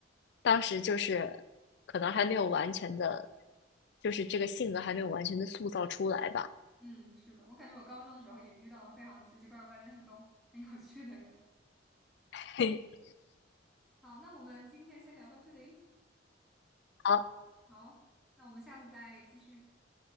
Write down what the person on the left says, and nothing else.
当时就是可能还没有完全的，就是这个性格还没有完全的塑造出来吧。
<laughs>
好，